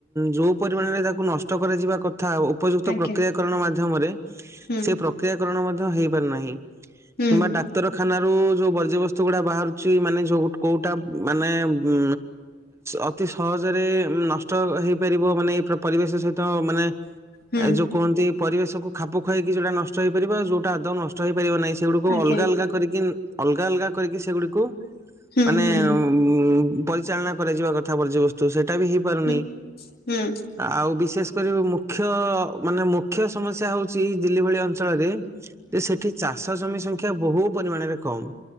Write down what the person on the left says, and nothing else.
ଆଜ୍ଞା।
ହୁଁ
ହୁଁ
ହୁଁ
ଆଜ୍ଞା
ହୁଁ
ହୁଁ ହୁଁ
ହୁଁ ହୁଁ।